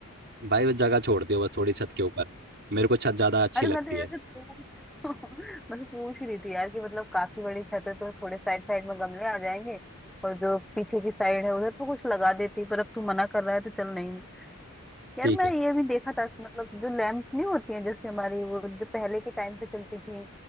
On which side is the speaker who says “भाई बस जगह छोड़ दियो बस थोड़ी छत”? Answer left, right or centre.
Right